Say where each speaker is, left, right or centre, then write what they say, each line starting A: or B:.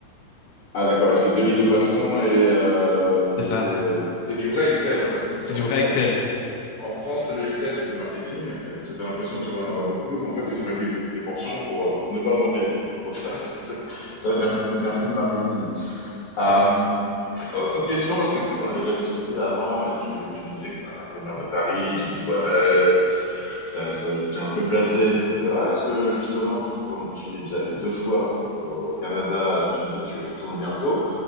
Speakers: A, on the left; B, on the left.
A: Ah d'accord, et c'est deux litres de boisson et euh,
B: C'est
A: c'est
B: ça.
A: c'est du vrai Excel en fait. Parce
B: C'est
A: qu'en
B: du vrai
A: France,
B: Excel.
A: en France, le Excel, c'est du marketing, et parce que tu as l'impression que tu vas en avoir beaucoup, mais en fait, ils ont réduit les, les portions pour euh, ne pas augmenter les prix. Donc <laughs> ça, c'est, c'est- ça, merci, merci le marketing. Euh,
B: C'est ça.
A: Autre question, parce que tu sais qu'on avait déjà discuté avant et tu, tu me disais que tu en avais un peu marre de Paris, tu me dis ouais, euh, ça, ça, tu es un peu blasé, etc. Est-ce que justement, comme tu es déjà allé deux fois euh, au Canada, là tu me dis que tu y retournes bientôt,